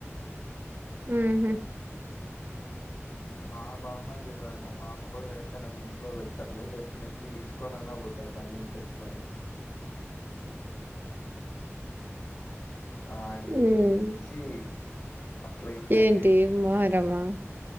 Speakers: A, on the left (about 55°); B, on the right (about 45°).
A: మ్
B: ఉమ్హు.
A: మా బామ్మర్థి గాడు మా మామ్ కూడా రై ఇక్క నన్ను ఇంట్లో పెట్టర్లే డెఫినెట్లీ ఈడ్స్కొని అన్నా పోతాడు బండిక్కట్టుకొని ఆడికి
B: మ్
A: పిచ్చి అట్లా ఎంజాయ్
B: ఏంటి మొహరమా